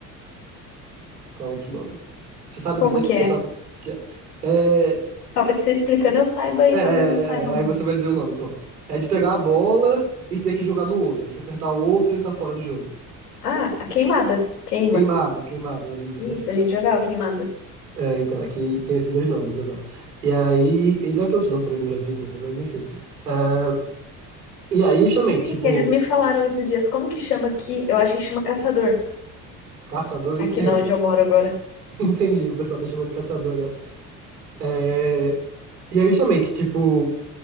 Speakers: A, on the right; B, on the left.
A: qual é o outro nome? Você sabe
B: Como
A: dizer,
B: que
A: você
B: é?
A: sabe o que é? É,
B: Talvez você explicando
A: que-
B: eu saiba e
A: é,
B: talvez
A: é,
B: eu saiba
A: é, é,
B: o
A: aí
B: nome.
A: você vai dizer o nome, pronto. É de pegar a bola e ter que jogar no outro, aí se acertar o outro, ele tá fora do jogo.
B: Ah, a queimada. Queima.
A: Queimada, queimada, é isso,
B: Isso,
A: né?
B: a gente jogava queimada.
A: É, então, aqui tem esses dois nomes, exato. E aí, e deve ter outros nomes também no Brasil inteiro, né? Mas enfim. Ah, e aí, justamente,
B: Sim,
A: tipo,
B: eles me falaram esses dias como que chama aqui. Eu acho que chama caçador,
A: caçador,
B: aqui
A: isso aí
B: na onde eu moro agora.
A: eu <laughs> entendi, o pessoal tá chamando de caçador agora. É, e aí, justamente, tipo,